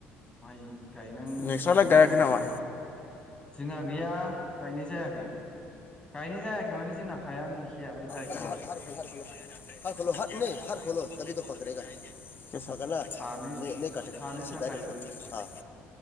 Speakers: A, on the left (about 15°); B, on the left (about 35°).
A: माय गायनां
B: नोंस्रालाय
A: गायनो
B: गायाखै
A: थाखाय।
B: नामा
A: जोंहा गैया गायनाय जायाखै गायनाय जायाखै माने जोंना‌। हायानो गैखाया आरो गाय
B: <inaudible> <inaudible>
A: थानो थानो थाखाय